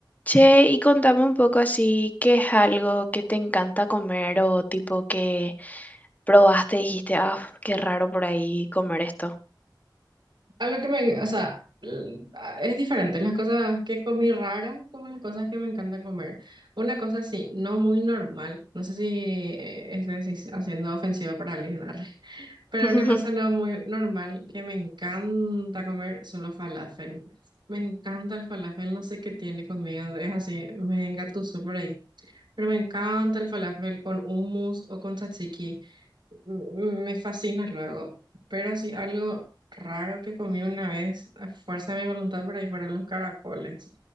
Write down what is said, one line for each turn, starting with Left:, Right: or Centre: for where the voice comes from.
Left: Che, y contame un poco así, ¿qué es algo que te encanta comer o tipo que probaste y dijiste, ah, qué raro por ahí comer esto?
Right: Algo que me, o sea, l- a- es diferente las cosas que comí raras como las cosas que me encanta comer. Una cosa así, no muy normal, no sé si eh, estoy así haciendo ofensiva para alguien, arre. <laughs> pero
Left: <laughs>
Right: una cosa no muy normal que me encanta comer son los falafel. Me encanta el falafel, no sé qué tiene conmigo, es así, me engatuso por ahí. Pero me encanta el falafel con hummus o con tzatziki. Mm, Me fascina luego, pero así algo raro que comí una vez a fuerza de mi voluntad por ahí fueron los caracoles.